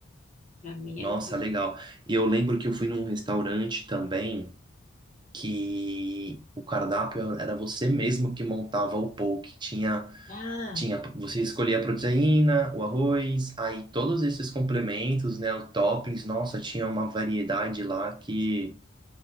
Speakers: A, on the left; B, on the right.
A: Pra mim
B: Nossa,
A: é melhor.
B: legal. E eu lembro que eu fui num restaurante também que o cardápio era você mesmo que montava o poke, tinha
A: Ah,
B: Tinha, você escolhia a proteína, o arroz, aí todos esses complementos, né, os toppings, nossa, tinha uma variedade lá que